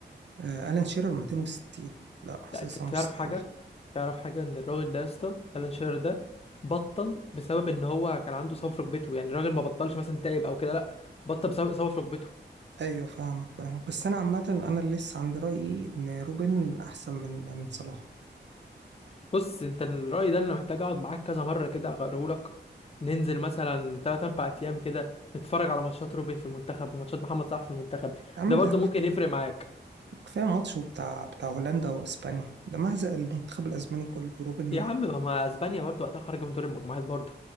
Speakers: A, on the right; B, on the left.
A: آه، ألان شيرر 260 لا حاسسها
B: لا انت بتعرف
A: مستحيلة
B: حاجه تعرف حاجه ان الراجل ده يا اسطى الان شيرر ده بطل بسبب ان هو كان عنده إصابة في ركبته يعني الراجل ما بطلش مثلا تعب او كده لا بطل بسبب اصابه في ركبته
A: أيوة فاهمك فاهمك بس أنا عامة أنا اللي لسه عند رأيي إن روبن أحسن من من صلاح
B: بص انت الراي ده انا محتاج اقعد معاك كذا مره كده اغيره لك ننزل مثلا 3 4 ايام كده نتفرج على ماتشات روبن في المنتخب وماتشات محمد صلاح في المنتخب
A: يا عم
B: ده برضو
A: ده ك-
B: ممكن يفرق معاك
A: كفاية ماتشه بتاع بتاع هولندا وأسبانيا ده مهزق المنتخب الأسباني كله وروبن
B: يا
A: لوحده
B: عم ما ما اسبانيا برضو وقتها خارجه من دور المجموعات برضو